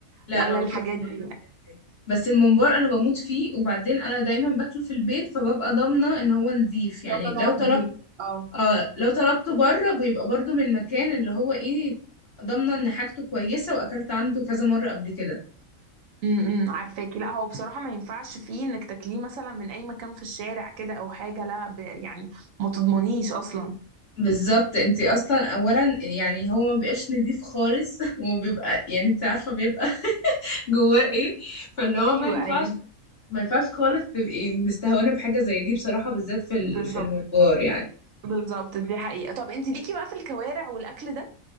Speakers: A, on the left (about 45°); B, on the right (about 75°).
A: لا
B: ولا
A: انا ما باكلش
B: الحاجات
A: بره
B: دي يعني
A: البيت بس الممبار انا بموت فيه وبعدين انا دايما باكله في البيت فببقى ضامنه ان هو نظيف يعني
B: طبعا
A: لو
B: ان هو
A: طلبت
B: نضيف اه
A: اه لو طلبته بره بيبقى برضو من مكان اللي هو ايه ضامنه ان حاجته كويسه واكلت عنده كذا مره قبل كده
B: امم عارفاكي لا هو بصراحة ما ينفعش فيه انك تاكليه مثلا من اي مكان في الشارع كده او حاجة لا ب... يعني ما تضمنيش اصلا
A: بالظبط انت اصلا اولا يعني هو ما بيبقاش نظيف خالص <laughs> وبيبقى يعني انت عارفه بيبقى <laughs> جواه ايه فاللي هو
B: ايوه
A: ما ينفعش
B: ايوه
A: ما ينفعش خالص تبقي مستهونه بحاجه زي دي بصراحه بالذات في ال-
B: بالظبط
A: في الممبار يعني
B: بالظبط دي حقيقة طب انت ليكي بقى في الكوارع والاكل ده